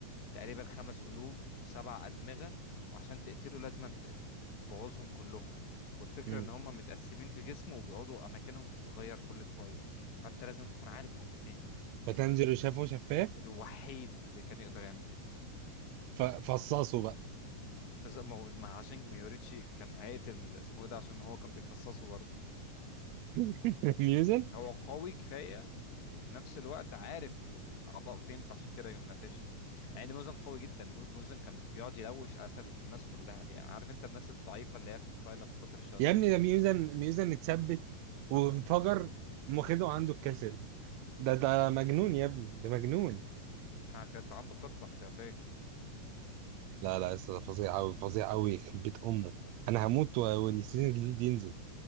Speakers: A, on the left (about 50°); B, on the right (about 75°).
A: تقريبا خمس قلوب وسبع ادمغه وعشان تقتله لازم ت- تبوظهم كلهم والفكره
B: امم
A: ان هم متقسمين في جسمه وبيقعدوا اماكنهم تتغير كل شويه فانت لازم تكون عارف هم فين
B: فتنزله شافه شفاف
A: الوحيد اللي كان يقدر يعمل كده
B: ففصصه بقى
A: بس ما هو- ما عشان ميوريتشي كان هيقتل اسمه ايه ده عشان هو كان بيفصصه برضه
B: <laughs> ميوزك
A: هو قوي كفايه وفي نفس الوقت عارف الاعضاء فين فعشان كده يقوم ناتش مع ان موزن قوي جدا مو- موزن كان بيقعد يلوش قتل الناس كلها يعني عارف انت الناس الضعيفه اللي هي في فايل قطر الشياطين
B: يا ابني
A: دي
B: ده ميوزن ميوزن اتثبت وانفجر قام واخده عنده الكسل ده ده مجنون يا ابني ده مجنون
A: ما كانت عنده خطه احتياطيه
B: لا لا لسه فظيع قوي فظيع قوي يخرب بيت امه انا هموت و- والسيزون الجديد ينزل